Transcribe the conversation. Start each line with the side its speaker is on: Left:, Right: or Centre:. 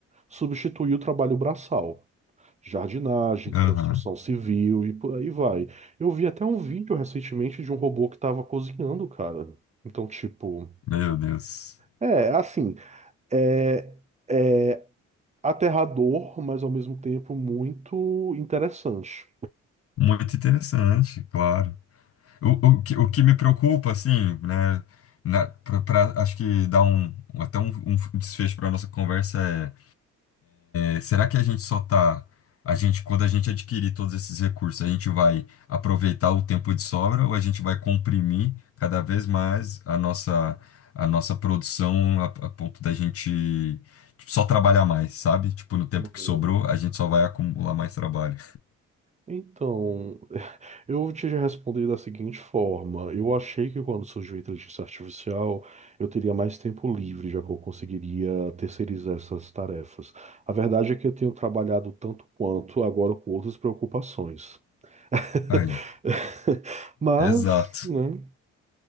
Right: substituir o trabalho braçal jardinagem,
Left: Aham.
Right: construção civil e por aí vai. Eu vi até um vídeo recentemente de um robô que estava cozinhando, cara. Então, tipo,
Left: Meu Deus.
Right: é assim, é, é aterrador, mas ao mesmo tempo muito interessante.
Left: Muito interessante, claro. O, o, que, o que me preocupa, assim, né? Na, pra, pra- acho que dá um, até um, um desfecho para nossa conversa é É, será que a gente só tá, a gente, quando a gente adquirir todos esses recursos, a gente vai aproveitar o tempo de sobra ou a gente vai comprimir cada vez mais a nossa, a nossa produção a, a ponto da gente tipo, só trabalhar mais, sabe? Tipo, no tempo
Right: Uhum.
Left: que sobrou, a gente só vai acumular mais trabalho.
Right: Então, <laughs> eu te respondi da seguinte forma: eu achei que quando surgiu a inteligência artificial, eu teria mais tempo livre, já que eu conseguiria terceirizar essas tarefas. A verdade é que eu tenho trabalhado tanto quanto agora com outras preocupações. <laughs>
Left: Aí,
Right: Mas,
Left: exato.
Right: né?